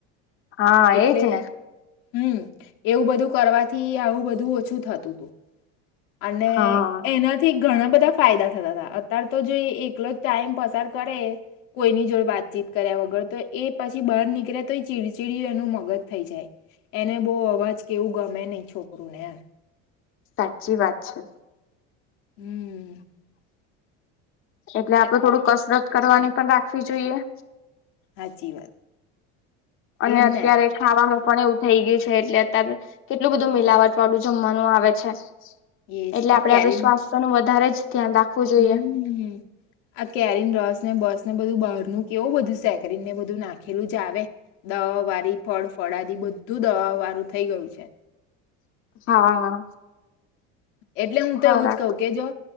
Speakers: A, on the left; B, on the left.
A: હા,
B: એટલે
A: એજ ને
B: હમ, એવું બધું કરવાથી આવું બધું ઓછું થતું, હતુ અને
A: હા
B: એનાથી, ઘણા બધા ફાયદા થતા હતા, અતાર તો જો એકલો ટાઈમ પસાર કરે કોઈની જોડ વાતચીત કર્યા વગર તો એ પછી, બહાર નીકળ્યા તો એ ચીડચીડય એનું મગજ થઈ, જાય એને બહુ અવાજ કેવું ગમે નહી, છોકરુંને એમ
A: સાચી વાત છે.
B: હમ્મ
A: એટલે આપડે થોડું, કસરત કરવાની પણ રાખવી જોઈએ
B: સાાચી, વાત.
A: અને
B: એજ
A: અત્યારે
B: ને
A: ખાવામાં પણ એવું થઈ ગયું છે, એટલે અત્યારે કેટલું બધું મિલાવટ વાળું જમવાનું આવે છે.
B: એજ
A: એટલે
B: આ
A: આપડે
B: કેરીન
A: આપડું સ્વાસ્થ્યનુ વધારે જ ધ્યાન રાખવું જોઈએ
B: હમ, હ આ કેરીન રોસ બસ ને બધું બહાર ન કેવું, બધું સેકરીંગ ને બધું નાખેલું, જ આવે દવા વાળી ફળ ફળાદ બધું દવા વાળું થઈ, ગયું છે.
A: આ હા.
B: એટલે હું,
A: ખોરાક
B: તો એવુંજ કહ, કે જો